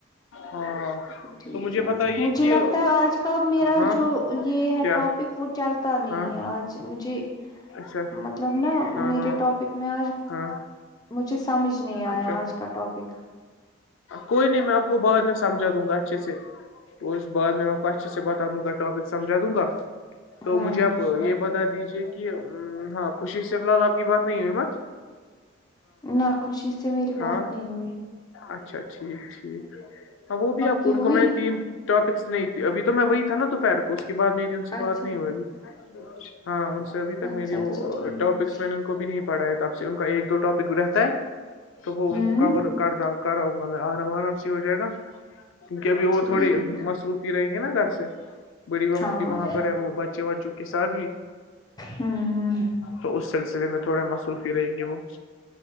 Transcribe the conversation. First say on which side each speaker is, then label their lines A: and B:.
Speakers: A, on the left; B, on the left.
A: ہاں
B: ٹھیک
A: تو مجھے
B: ہے
A: بتائیے
B: مجھے
A: کہ
B: لگتا ہے آج کا میرا
A: ہاں
B: جو یہ ہے
A: کیا
B: ٹاپک وہ چلتا پتا نہیں
A: ہاں
B: ہے آج مجھے
A: اچھا
B: مطلب نا
A: ہاں
B: میرے
A: ہاں
B: ٹاپک میں آج
A: ہاں
B: مجھے سمجھ نہیں آیا
A: اچھا
B: آج کا ٹاپک
A: کوئی نہیں میں آپ کو بعد میں سمجھا دوں گا اچھے سے تو اس بارد میں آپ کو اچھے سے بتا دوں گا ٹاپک سمجھا دوں گا تو
B: ہوں
A: مجھے آپ یہ بتا دیجے کہ ہاں خوشی سے فی الحال آپ کی بات نہیں ہو امت
B: ناخوشی سے میری
A: ہاں
B: بات نہیں ہوئی
A: اچھا ٹھیک ٹھیک ہاں وہ بھی آپ کو
B: کی
A: ان
B: ہوئی
A: کو میں نے تین ٹاپکس نہیں تھے ابھی تو میں وہی تھا نا توپہر کو کے بعد میری ان سے
B: اچھا
A: بات نہیں ہو ابھی ہاں ان سے ابھی تک
B: اچھا
A: میری
B: اچھا
A: وہ
B: ٹھیک
A: ٹاپکس میں نے ان کو بھی نہیں پڑھا ہے تو اب سے ان کا ایک دو ٹاپک رہتا ہے تو وہ
B: ہوں
A: ان کو ک کر کراؤں گا میں آرا آرا سے ہو جائے گا کیونکہ ابھی وہ
B: ٹھیک
A: تھوڑی مصروفی ہی رہیں گے نا گھر سے بڑی ماما
B: ہاں
A: بھی وہاں پر ہے وہ بچے وچ کے ساتھ بھی
B: ہوں
A: تو اس سلسلے میں تھوڑے مصروفی رہیں گے وہ